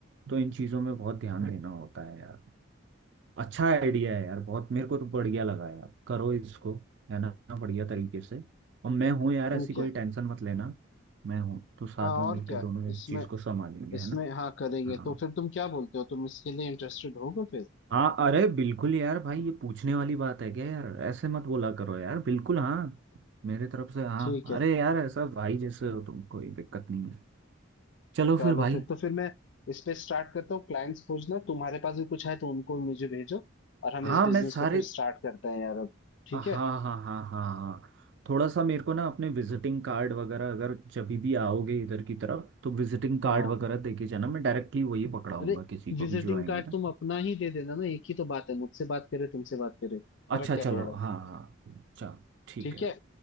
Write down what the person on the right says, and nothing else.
तो इन चीजों में बहुत ध्यान देना होता है यार अच्छा आइडिया है यार बहुत मेरे को तो बढ़िया लगा यार करो इसको है ना बढ़िया तरीके से और मैं हूँ यार ऐसी
कोई
टेंशन मत लेना मैं हूँ तो साथ
में
मिलकर
दोनों
इस चीज को संभालेंगे
है ना
हाँ
हाँ अरे बिल्कुल यार भाई ये पूछने वाली बात है क्या यार ऐसे मत बोला करो यार बिल्कुल हाँ मेरे तरफ
से हाँ
अरे यार ऐसा भाई जैसे हो तुम कोई दिक्कत नहीं है चलो
फिर भाई
हाँ
मैं सारे
हाँ
हाँ हाँ हाँ हाँ थोड़ा सा मेरे को ना अपने विजिटिंग कार्ड वगैरह अगर जब भी आओगे इधर की तरफ तो विजिटिंग कार्ड
वगैरह देके जाना मैं डायरेक्टली वही पकड़ाऊंगा
किसी को
भी जो आएंगे
ना
अच्छा
चलो
हाँ हाँ चलो ठीक
है